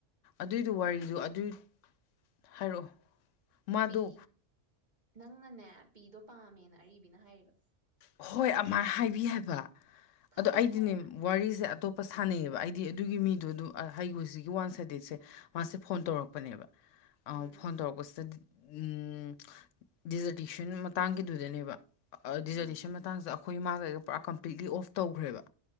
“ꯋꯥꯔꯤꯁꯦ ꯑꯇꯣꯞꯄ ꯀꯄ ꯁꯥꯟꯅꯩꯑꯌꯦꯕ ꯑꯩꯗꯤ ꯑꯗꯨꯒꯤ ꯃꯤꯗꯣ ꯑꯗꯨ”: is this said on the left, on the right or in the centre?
Left